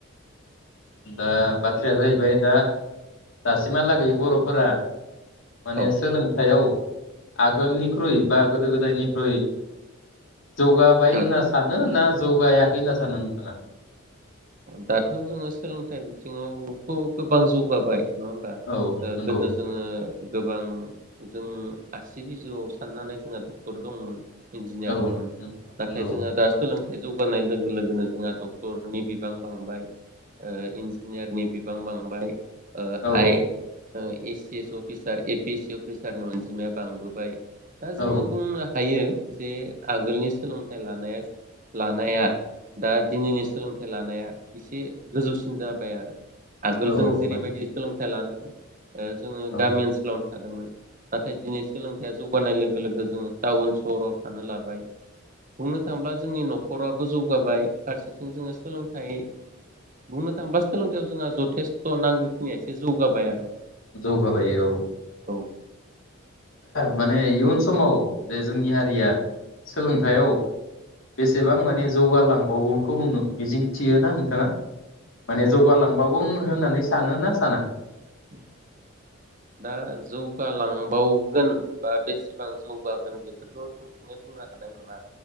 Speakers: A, on the left; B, on the right.
A: दा बाथ्राया जाहैबाय दा दासिमहालागै बर'फोरा माने
B: ओ औ
A: सोलोंथायाइाव आगोलनिख्रुइ बा गोदो गोदायनिख्रुइ जौगाबाय
B: आतसा
A: होनना सानो ना जौगाखै होनना सानो नोंथाङा
B: दाथ' जोङो सोलोंथाइ बिथिङावथ' गोबां जौगाबाय नङा होमबा
A: औ
B: ओ
A: नंगौ
B: गोदो जोङो गोबां जों आसि बिजौआव साननानै जोंहा डक्टर दंमोन इन्जिनियार
A: औ
B: दंमोन
A: नंगौ
B: नाथाय जोंहा दा सोलोंथाइ जौगानाय लोगो लोगोनो जोंहा डक्टरनि बि बिबां बांबाय इन्जिनियारनि बिबां बांबाय
A: औ
B: I S C S officer A P S C अफिसारनि अनजिमाया बांबोबाय दा जोङो
A: औ
B: बुंनो हायो जे आगोलनि सोलोंथाइ लानाया लानाया दा दिनैनि सोलोंथाइ फिथाइ लानाया एसे गोजौसिन जाबाय आरो आगोल
A: औ
B: जों जेरैबायदि
A: माने
B: सोलोंथाइ लानानानै जोङो
A: औ
B: गामि ओनसोलावनो थादोंमोन नाथाय दिनै सोलोंथाइया जौ जौगानाय लोगो लोगो जोङो टाउन सहराव थानो लाबाय बुंनो थाङोब्ला जोंनि न'खराबो जौगाबाय फारसेथिं जोङो सोलोंथाइ बुंनो थाङोबा सोलोंथाइयाव जोंहा जथेस्थ' नांगौ निया एसे जौगाबाय आरो
A: जौ बाबायो औ
B: औ
A: माने इयुन समाव जे जोंनि हारिया सोलोंथाइयाव बेसेबां माने जौगालांबावोनखौ मिजिंथियोना नोंथाङा माने
B: औ
A: जौगालांबाबोन होननानै सानोना साना
B: <inaudible> दा जौगालांबावगोन बा बेसेबां जौगागोन बेखौथ' थोंजोङै बुंनो हानाय नङा